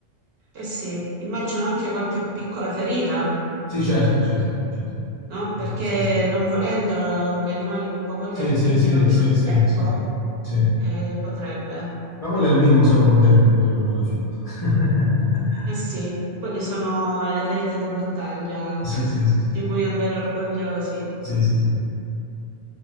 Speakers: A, on the right; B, on the left.
A: Eh sì, immagino anche qualche piccola ferita,
B: Sì, certo, certo, certo,
A: no?
B: certo,
A: Perché
B: sì, sì.
A: non volendo l'animale un po' con
B: Sì,
A: gli artigli,
B: sì, sì,
A: non dico
B: sì, sì,
A: ecco,
B: sì, sì.
A: eh, potrebbe.
B: Ma quello
A: Mm.
B: è il minimo, siamo contenti di quello noi alla fine. <laughs>
A: Eh sì, quelle sono le ferite da battaglia
B: Sì,
A: <laughs>
B: sì, sì, sì.
A: di cui andare orgogliosi.
B: Sì, sì, sì, sì.